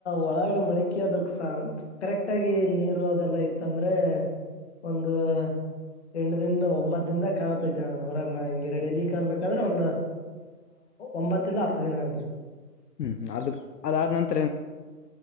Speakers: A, on the left; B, on the left.
A: ಒಳಗೆ. ಮಳಿಕದಸ <unintelligible> ಕರೆಕ್ಟ್ ಆಗಿ ನೀರು ಅದೆಲ್ಲಾ ಇತ್ತಂದ್ರೆ ಒಂದು ಎಂಡ ದನ್ ಒಂಬತ್ತು ದಿಂದ ಕಾಣತೈತೆ ಹೊರಗ ಹಿಂಗಗೆರಡಲ್ಲಿ ಕಾಣ್ಬೇಕಂದ್ರೆ ಒಂದ ಒಂಬತ್ತ ಇಲ್ಲ ಹತ್ತು ದಿನ ಆಗ್ಬೇಕು.
B: ಹ್ಮ್ ಮಾಡ್ಬಿಡಿ ಅದಾದ್ಮೇಲೆ.